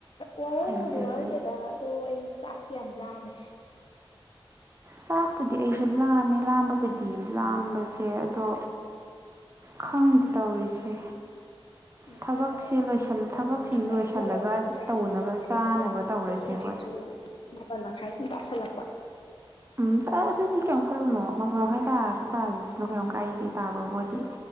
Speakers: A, on the left (about 65°); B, on the right (about 30°).
A: ꯋꯥꯔꯧꯕꯥꯕꯨꯗꯤ
B: ꯍꯥꯏꯖꯔꯤ
A: ꯋꯥꯔꯧꯗꯦꯗ ꯑꯗꯣ ꯑꯩ ꯆꯥꯛꯇꯤ ꯌꯥꯝ ꯂꯥꯝꯃꯦ
B: ꯆꯥꯛꯄꯨꯗꯤ ꯑꯩꯁꯨ ꯂꯥꯝꯃꯦ ꯂꯥꯝꯕꯕꯨꯗꯤ ꯂꯥꯝꯕꯁꯦ ꯑꯗꯣ ꯈꯪꯗꯦ ꯇꯧꯔꯤꯁꯦ
A: ꯎꯝ
B: ꯊꯕꯛꯁꯦ
A: ꯀꯩꯅꯣꯅꯦ
B: ꯂꯣꯏꯁꯜ ꯊꯕꯛꯁꯤꯡ
A: ꯑ ꯉꯥꯛꯇꯪ
B: ꯂꯣꯏꯁꯤꯜꯂꯒ
A: ꯂꯩꯔꯒ ꯆꯥꯅꯕ
B: ꯇꯧꯅꯕ
A: ꯇꯧꯁꯦ
B: ꯆꯥꯅꯕ
A: ꯍꯥꯏꯗꯤ
B: ꯇꯧꯔꯁꯦ
A: ꯄꯨꯡꯁꯤꯁꯨꯨ
B: ꯍꯣꯏ
A: ꯃꯥꯄꯜ ꯃꯈꯥꯏ ꯁꯨꯝ ꯇꯁꯜꯂꯛꯄ
B: ꯎꯝ ꯑꯗꯨꯏꯗꯤ ꯀꯩꯝ ꯈꯜꯂꯨꯅꯣ ꯃꯄꯥꯟ ꯃꯈꯥꯏ ꯇꯥꯔꯗꯤ ꯇꯥꯔꯤꯁꯤꯅꯣ ꯀꯔꯤꯝ ꯀꯥꯏꯗꯦ ꯇꯥꯕꯕꯨꯗꯤ